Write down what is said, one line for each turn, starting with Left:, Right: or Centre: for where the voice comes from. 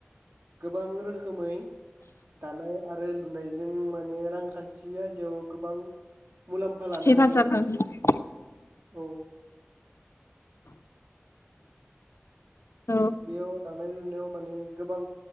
Right: गोबां रोखोमै दानाय आरो लुनायजों माने रांखान थि आयदायाव गोबां मुलाम्फा लानो
Left: हेफाजाब
Right: हायो आरो माने
Left: औ
Right: औ
Left: औ
Right: बेयाव दानाय लुनायाव माने गोबां